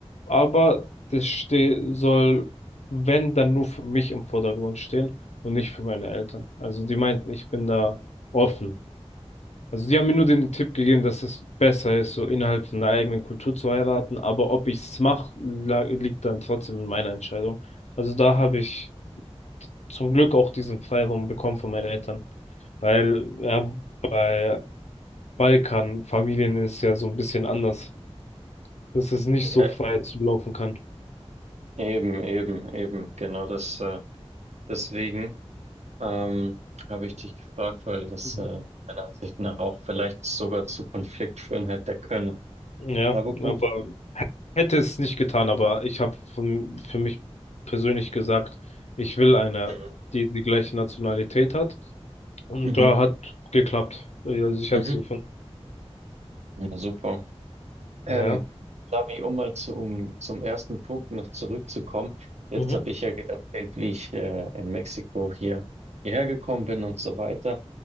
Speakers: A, on the left (about 80°); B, on the right (about 85°).
A: Aber das ste soll, wenn, dann nur für mich im Vordergrund stehen und nicht für meine Eltern. Also die meinten, ich bin da offen. Also sie haben mir nur den Tipp gegeben, dass es besser ist, so innerhalb von der eigenen Kultur zu heiraten, aber ob ich es mache, liegt dann trotzdem in meiner Entscheidung. Also da habe ich zum Glück auch diesen Freiraum bekommen von meinen Eltern, weil ja, bei Balkanfamilien ist es ja so ein bisschen anders, dass es nicht
B: Ja,
A: so frei zu laufen kann.
B: eben, eben, eben. Genau das, äh, deswegen ähm, habe ich dich gefragt, weil das
A: Mhm.
B: äh, meiner Ansicht nach auch vielleicht sogar zu Konflikt führen hätte können.
A: Ja,
B: Aber gut.
A: aber hätte es nicht getan, aber ich habe von- für mich persönlich gesagt, ich will eine,
B: Mhm,
A: die die gleiche Nationalität hat. Und
B: mhm,
A: da hat geklappt. Ja, Also ich habe
B: mhm.
A: sie gefunden.
B: Ja, super. Ähm,
A: Naja.
B: Lavi, um mal zu, um, zum ersten Punkt noch zurückzukommen. Jetzt
A: Mhm.
B: habe ich ja ge- erzählt, wie ich äh, in Mexiko hier hierher gekommen bin und so weiter.